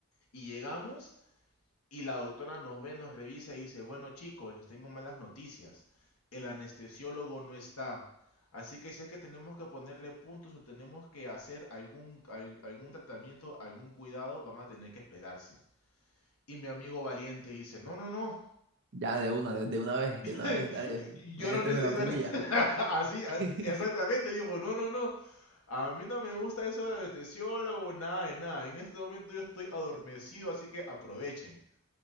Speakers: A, on the left; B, on the right.
A: Y llegamos y la doctora nos ve, nos revisa y dice, bueno chicos, les tengo malas noticias. El anestesiólogo no está. Así que si es que tenemos que ponerle puntos o tenemos que hacer algún, al- algún tratamiento, algún cuidado, van a tener que esperarse. Y mi amigo valiente dice, no, no, no,
B: Ya, de una, de, de una vez,
A: <laughs>
B: de una vez, dale, méteme
A: Yo no necesito
B: la puya.
A: <laughs> así, a-
B: <laughs>
A: exactamente, dijo, no, no, no. A mí no me gusta eso de meteoro o nada de nada. En este momento yo estoy adormecido, así que aprovechen.